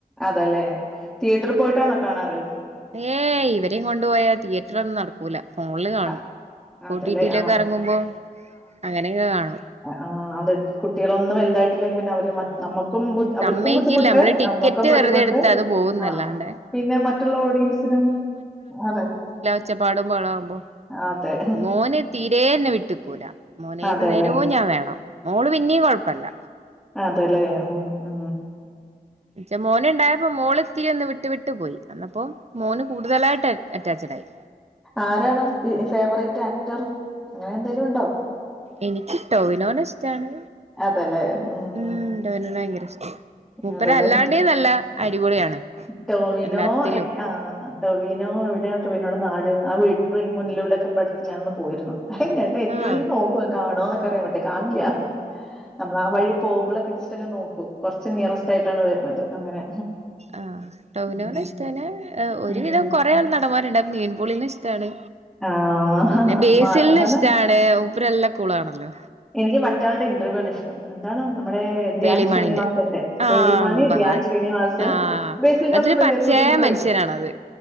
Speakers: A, in the centre; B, on the right.
A: അതേല്ലെ തിയറ്ററി പോയിട്ടാണോ കാണാറ്
B: ഏയ് ഇവരെയും കൊണ്ടുപോയാ തിയേറ്റർ ഒന്നും നട ക്കൂല ഫോണ്ല് കാണും
A: അ അതല്ലേ.
B: ഓട്ടിപിയിലൊക്കെറങ്ങുപോ
A: ആ.
B: അങ്ങനെ കാണൂ
A: ആഹ് അത് കുട്ടികളൊന്ന വൽതായിട ട്ടില്ലെങ്കിപിന്നവര്
B: ആഹ്
A: മട്ട് നമ്മുക്കുംബു അവർക്കും
B: സമ്മയിക്കില്ല
A: ബുദ്ധിമുട്ട്
B: നമ്മള് ടിക്കറ്റ്
A: നമുക്കും ബുദ്ധിമുട്ട്
B: വെറുതെ എടുത്ത് അത് പോകുന്നല്ലാണ്ടെ
A: ആഹ് പിന്നെ മറ്റുള്ള ഓഡിയൻസിനും അതെ
B: ച്ചപ്പാടും ബഹളോ ആഉമ്പോ
A: അതെ
B: മോന് തീരെ ന്നെ വിട്ട്ക്കൂല മോനേതനേരവും
A: അതെല്ലേ.
B: ഞാവേണം മോള് പിന്നിം കൊഴപ്പല്ല
A: അതല്ലേ മ്
B: ഇന്റെ മോനുണ്ടായപ്പോ മോളത്തിരി ന്ന് വിട്ടു വിട്ടു പോയി അന്നപ്പോ മോന് കൂടുതലായിട്ട് അറ്റാച്ഡായി
A: ആരാണ ഫേവറേറ്റ് ആക്ടർ അങ്ങനെ എന്തേലും ഉണ്ടോ
B: എനിക്കി ട്ടോവിനോനഷ് റ്റാണ്
A: അതെല്ലേ. ഉം.
B: മ് ടോവിനോനെ ഭയങ്കര ഇഷ്ട മൂപ്പര
A: അതെല്ലേ.
B: അല്ലാണ്ടേ നല്ല അടിപൊളിയാണ്
A: ടോവിനോ
B: എല്ലാത്തിലും
A: എഹ് ആഹ് ടൊവിനോ എവിടെ ടൊവീനോടെ നാട് ആ വീടി മുന്നിലൂടെക്കെ പ്പ ട്ത്ത് ഞാൻന്ന് പോയിരുന്നു എത്യോന്ന്
B: ആഹ്
A: നോക്കു കാണോ എന്നൊക്കെ അറിയാ വേണ്ടി കാണില്ല നമ്മളാ ആവഴി പോകുമ്പളൊക്കെ ജസ്റ്റ്‌ അങ്ങനെ നോക്കു കൊർച്ച് നിയറസ്റ്റയിട്ടാണ് വരുന്നത് അങ്ങനെ
B: ആഹ് ടൊവിനോനെ
A: ഉം.
B: ഇഷ്റ്റാണ് ഒരു
A: ഉം.
B: വിധം കൊറെ ആൾ നടമാര്ണ്ട മെ പൊളിനെ ഇഷ്ടാണ്
A: ആഹ്.
B: പിന്നെ
A: അമ്മാ
B: ബേസിൽനെ
A: എന്താണ്?
B: ഇഷ്ടാണ് മൂപ്പരല്ല ക്കൂളാണല്ലോ
A: എനിക്ക് മറ്റാളുടെ ഇന്റർവ്യൂ ആണ് ഇഷ്ടം എന്താണ് നമ്മടെ ദ്യാൻ
B: പേളിമാണിന്റെ
A: ശ്രീനിവാസന്റെ
B: ആഹ്
A: പേളിമാണി
B: അമ്പ
A: ദ്യാൻ ശ്രീനിവാസൻ
B: ആഹ്
A: ബേസിൽ ജോസഫിന്റെ
B: അതൊരു പച്ചയായ
A: പുത്യ ഇന്ട്രെ
B: മനുഷ്യനാണത്